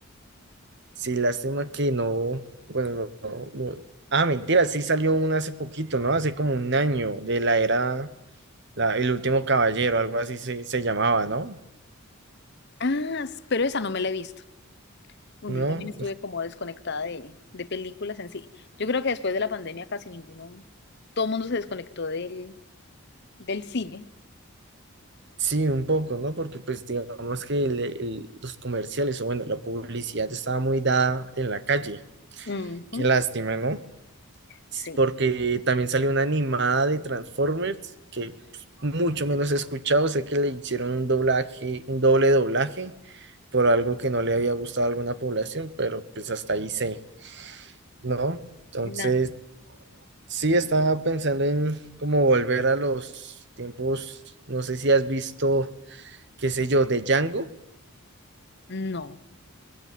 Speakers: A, on the right (about 50°); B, on the left (about 50°).
A: Sí, lástima que no, bueno, no, no- no. Ah, mentira, sí salió una hace poquito, ¿no? Hace como un año de la era, la- El Último Caballero, algo así se, se llamaba, ¿no?
B: Ah, s- pero esa no me la he visto. Bueno,
A: ¿No?
B: yo también estuve como desconectada de, de películas en sí. Yo creo que después de la pandemia casi ninguno, todo el mundo se desconectó del, del cine.
A: Sí, un poco, ¿no? Porque pues digamos que el- el- los comerciales o bueno, la publicidad estaba muy dada en la calle.
B: Ujú.
A: Qué lástima, ¿no? S-
B: Sí.
A: Porque también salió una animada de Transformers que pues, mucho menos he escuchado. Sé que le hicieron un doblaje, un doble doblaje por algo que no le había gustado a alguna población, pero pues hasta ahí sé, ¿no? Entonces,
B: La-
A: sí estaba pensando en cómo volver a los tiempos, no sé si has visto, qué sé yo, de Django.
B: no,